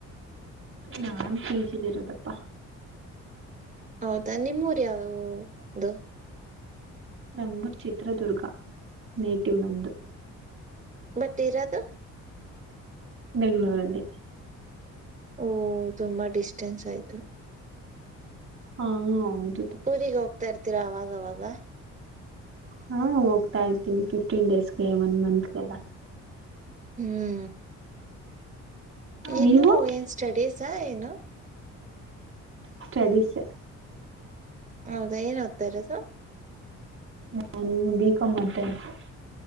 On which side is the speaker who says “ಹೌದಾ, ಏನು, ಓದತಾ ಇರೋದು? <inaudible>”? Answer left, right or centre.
Right